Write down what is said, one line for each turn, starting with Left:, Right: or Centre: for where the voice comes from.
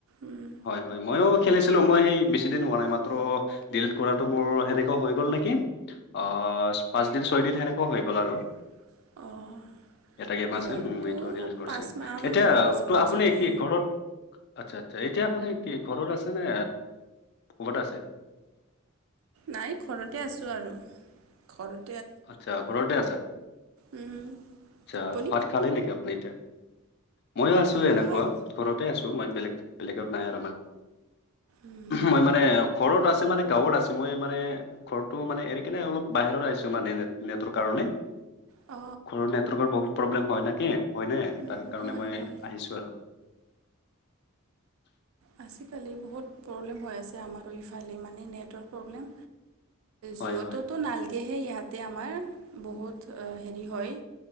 Right: উম,
Left: হয় হয় মইও খেলিছিলো মই সেই বেছি দিন হোৱা নাই মাত্ৰ ডিলিট কৰাটো বৰ সেনেকুৱা হৈ গ'ল ন <unintelligible> নিম অ পাঁচদিন ছয় দিন সেনেকুৱাও হৈ গ'ল আৰু
Right: <inaudible>
Left: এটা গেম আছে
Right: মোৰতো
Left: উ এইটো কৰিছে
Right: পাঁচমাহমান
Left: এতিয়া
Right: হ'ল
Left: ত
Right: হ'ল
Left: আপুনি
Right: চাগে
Left: কি ঘৰত আচ্ছা্ এতিয়া আপুনি কি ঘৰত আছে নে ক'বাত আছে <unintelligible>
Right: নাই ঘৰতে আছোঁ আৰু ঘ
Left: আচ্ছা ঘৰতে আছা
Right: উম,
Left: আচছা
Right: আপুনি
Left: ভাত খালে নেকি আপুনি মইো আছো এনেকুৱা
Right: ভাত
Left: ঘৰতে আছো মই বেলেগ বেলেগত নাই আ
Right: উম,
Left: মই মানে ঘৰত আছে মানে গাঁৱত আছে মই মানে ঘৰটো মানে এৰি কিনে অলপ বাহিৰত আছো তোমাৰ ন নেটৰ কাৰণে
Right: অ
Left: ঘৰৰ নেটৱৰ্কৰ বহুত প্ৰব্লেম হয় নেকি হয় ন
Right: উম,
Left: তাৰ কাৰণে
Right: হয়
Left: মই
Right: হয়
Left: আহিছো আৰু
Right: আজিকালি বহুত প্ৰব্লেম হৈ আছে আমাৰো ইফালে মানে নেটৱৰ্ক প্ৰব্লেম
Left: হয়
Right: জিঅ'টোতো
Left: হয় হয়
Right: নালগেহে ইয়াতে আমাৰ <unintelligible> বহুত হেৰি হয়